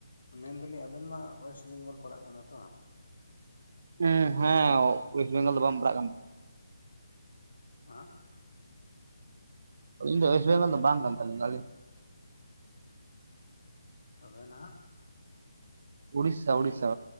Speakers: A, on the left (about 70°); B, on the right (about 55°).
A: ᱢᱮᱱᱫᱟᱞᱤᱧ ᱟᱵᱮᱱ ᱢᱟ ᱚᱭᱮᱥᱴ ᱵᱮᱝᱜᱚᱞ ᱯᱟᱲᱟᱜ ᱠᱟᱱᱟ ᱛᱚ?
B: ᱦᱩᱸ ᱦᱮᱸ ᱚᱭᱮᱥᱴ ᱵᱮᱝᱜᱚᱞ ᱫᱚ ᱵᱟᱝ ᱯᱟᱲᱟᱜ ᱠᱟᱱ᱾
A: ᱦᱟᱸ?
B: ᱤᱧ ᱫᱚ ᱚᱭᱮᱥᱴ ᱵᱮᱝᱜᱚᱞ ᱫᱚ ᱵᱟᱝᱠᱟᱱ ᱛᱟᱞᱤᱧᱟ᱾
A: ᱛᱚᱵᱮ ᱱᱟᱦᱟᱜ?
B: ᱩᱲᱤᱥᱥᱟ, ᱩᱲᱤᱥᱥᱟ,